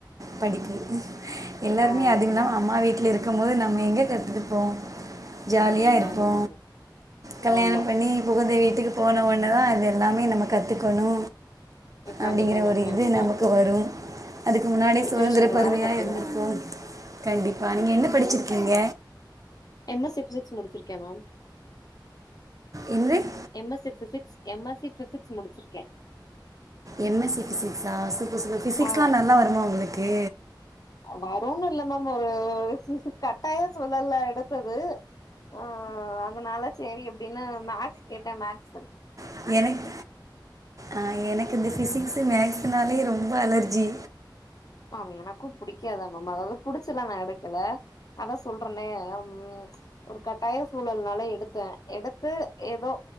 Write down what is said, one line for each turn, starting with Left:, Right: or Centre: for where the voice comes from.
Right: படிப்பு எல்லாருமே
Left: ஆ எஸ்
Right: அதுங்கலா
Left: மேம்
Right: அம்மா வீட்ல இரு க்கும் போது நம்ம எங்க கத்ருப்போ ஜாலியா இருப்போ
Left: கண்டிப்பா மேம்
Right: கல்யாண
Left: ஆமா
Right: பண்ணி புகுந்த வீட்டுக்கு போன ஒன்னதா அது எல்லாமே நம்ம கத்துக்கணு
Left: கண்டிப்பா
Right: அப்டிங்கிற
Left: மேம்
Right: ஒரு
Left: கண்டிப்பா
Right: இது நமக்கு வரு அதுக்கு முன்னாடி
Left: சுச்சுவேஷன்
Right: சுதந்திர பறவையா
Left: வேற கத்துக்குறோ
Right: இருந்திருப்போ கண்டிப்பா நீங்க என்ன படிச்சிருக்கீங்க
Left: என்ன சப்ஜெட்ஸ் முடிச்சிருக்கே மேம்
Right: என்னது
Left: M S C physics M S C physics முடிச்சிருக்கே
Right: எம் எஸ் சி ஃபிசிக்ஸா சூப்பர் சூப்பர் ஃபிசிக்ஸ்லா
Left: ஆ
Right: நல்லா வருமா ஒங்ளுக்கு
Left: வரூனு இல்ல மேம் ஒரு கட்டாய த்துல்லால எடுத்தது அ அதுனால சேரி எப்டினா மேக்ஸ் கேட்ட மேக்ஸ் கெடைக்
Right: அப்ப எனக் அ எனக்கு இந்த ஃபிசிக்ஸு மேக்ஸுனாலே ரொம்ப அலர்ஜி
Left: மேம் எனக்கு புடிக்காதுதா மேம் அதாவது புடிச்சுலா நா எடுக்கல அதா சொல்றனே கம்மி ஒரு கட்டாய சூழல்னால எடுத்த எடுத்து ஏதோ